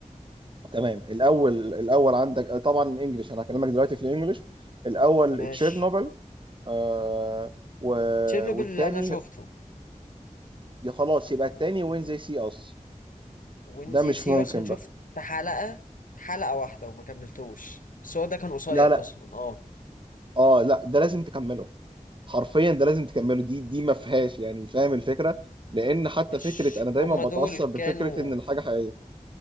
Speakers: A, on the right; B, on the left.
A: تمام الاول الاول عندك طبعا انجلش انا هكلمك دلوقتي في الانجليش الاول
B: ماشي
A: تشيرنوبل آه و...
B: تشيرنوبل
A: والتاني
B: اللي انا شفته
A: يا خلاص يبقى التاني وين زي سي اس
B: وينزي
A: ده مش
B: سي
A: ممكن
B: اصلا شفت
A: بقى
B: حلقه حلقه واحده وما كملتوش بس هو ده كان قصير
A: لا لا
B: اصلا اه
A: اه لا ده لازم تكمله حرفيا ده لازم تكمله دي دي ما فيهاش يعني فاهم الفكره لان حتى
B: مش
A: فكره انا دايما
B: هما
A: بتاثر
B: دول
A: بفكره
B: كانوا
A: ان الحاجه حقيقيه